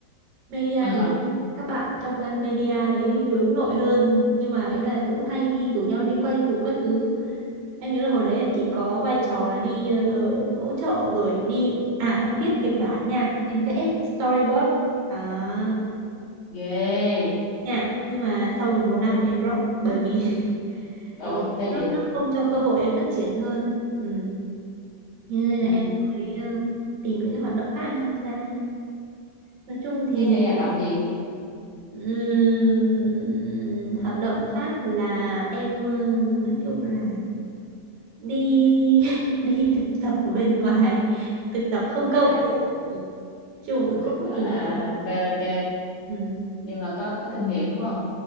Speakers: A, on the right; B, on the left.
A: media
B: à,
A: thì các bạn trong ban media đấy hướng nội hơn nhưng mà ấy là cũng hay đi rủ nhau đi quay chụp các thứ em nhớ là hồi đấy em chỉ có vai trò là đi ờ, hỗ trợ rồi đi à em biết kịch bản nha em vẽ storyboard à,
B: ghê
A: nha nhưng mà sau được một năm thì em drop bởi vì <laughs>
B: ủa
A: bởi vì
B: sao
A: nó
B: vậy
A: nó không cho cơ hội em phát triển hơn á. ừ. Cho nên
B: ừ.
A: là em mới ờ, tìm những cái hoạt động khác em tham gia nói chung thì
B: thế em tham gia hoạt động gì
A: ừm, hoạt động khác là em ờ, nói chung là đi <laughs> đi thực tập ở bên ngoài thực tập không công
B: à
A: chị ạ. Ừ, chung cũng
B: ok
A: không có
B: à,
A: gì nhiều
B: ok ok
A: ừ.
B: nhưng mà có có kinh nghiệm đúng không